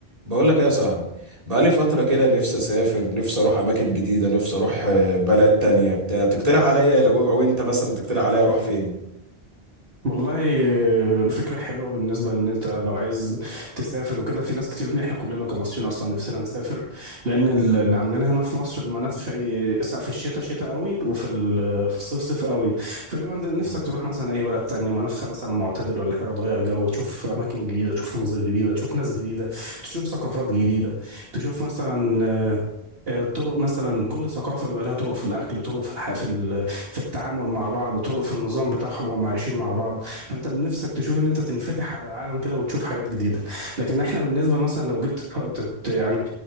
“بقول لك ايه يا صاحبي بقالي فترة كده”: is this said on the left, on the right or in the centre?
Right